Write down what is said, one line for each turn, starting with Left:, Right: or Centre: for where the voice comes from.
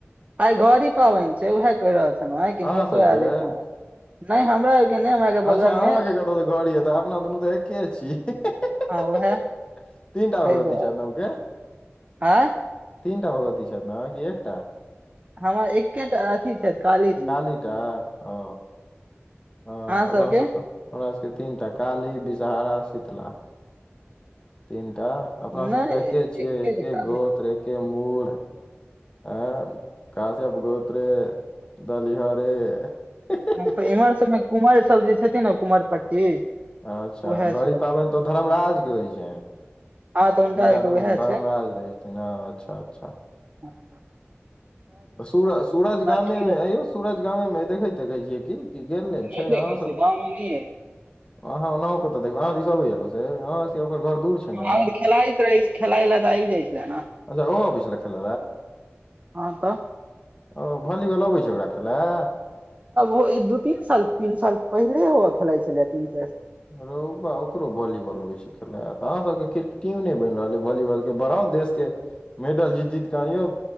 Right: आइ घड़ी पाबनि छै वैहै कहि रहल छलहुं आ कि
Left: अहाँ
Right: नतो
Left: सबके
Right: आयल हमरा नहि हमरा आरके बगल
Left: अच्छा अहाँके
Right: मे
Left: कतहु तऽ घर यै तऽ अपना दुनू तऽ एके छीिय
Right: हँ उएह
Left: तीनटा
Right: ताहि
Left: आओर
Right: दुआरे
Left: जादव के
Right: आँय
Left: तीनटा भगवती छथि ने कि एकटा
Right: हर एकेटा अथी छथि कालीजी
Left: काली टा ओ ह
Right: अहाँ सबके
Left: अपना सब त ओकरा सभके तीन टा काली विषहारा शीतला तीनटा अपना
Right: नहि
Left: सब एके छियै एके
Right: काली
Left: गोत्र एके मूल आँ काश्यप गोत्र दलिहरे अच्छा
Right: हम तऽ इम्हर सबमे कुमारि सब जे छथिन ने कुमर पट्टी
Left: अच्छा
Right: उएह
Left: घड़ी
Right: सब
Left: पाबनि तऽ धर्मराज के होइ छै
Right: हँ तऽ
Left: हुनका
Right: आरके उएह
Left: धर्मराज
Right: छै
Left: रहै छथिन हँ अच्छा अच्छा
Right: हँ
Left: सूरज सूरज गामे
Right: खीर
Left: मे आयौ सूरज गामे देखैत देखै छियै की की गेले
Right: नहि
Left: छै
Right: देखै
Left: आहाँ
Right: छियै
Left: सब
Right: गाँवमे नहि
Left: अहाँ ओनाहु कतऽ देखबै अहाँ दिस आबे या से अहाँ से ओकर घर दूर छै ने
Right: ह खेलायइत रहै छी खेलाय लए तऽ आबि जाइ छलै ने
Left: अच्छा ओहो आनय छला खेल
Right: हँ तऽ
Left: ओ भॉलीबॉल अबै छै ओकरा खेलय
Right: ओ दू तीन साल तीन साल पहिले ओ खेलाइ छलथि इ
Left: रौ बा ओकरो वॉलीबॉल अबै छै खेला तऽहाँके क्रिक टीम नहि बनि रहल अइ वॉलीबॉलके बढ़ाव देश के मेडल जीत जीत क अनियौ